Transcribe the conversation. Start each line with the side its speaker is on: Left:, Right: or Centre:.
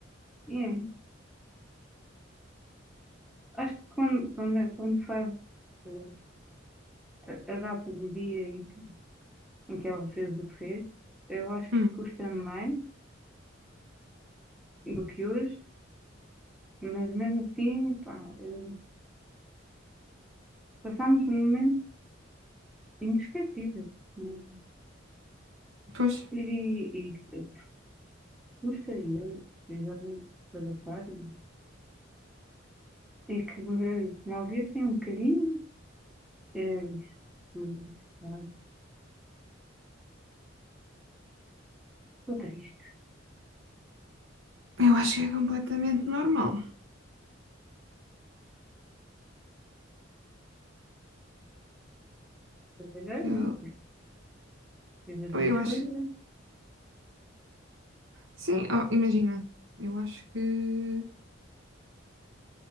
Centre: E é Acho que quando, quando, é- quando faz eh, a, a data do dia em que, em que ela fez o que fez, eu acho
Right: Hum.
Centre: que custa mais do que hoje, mas mesmo assim, pá, eh, passamos um momento inesquecível, né?
Right: Pois,
Centre: E, e, e custa e ele, e ele desabafar e, e que me, me ouvissem um bocadinho, eh, isto, pá, estou triste,
Right: eu acho que é completamente normal.
Centre: trabalhar,
Right: Eu,
Centre: né? Fiz as
Right: eu
Centre: minhas
Right: acho,
Centre: coisas, mas,
Right: sim, oh, imagina, eu acho que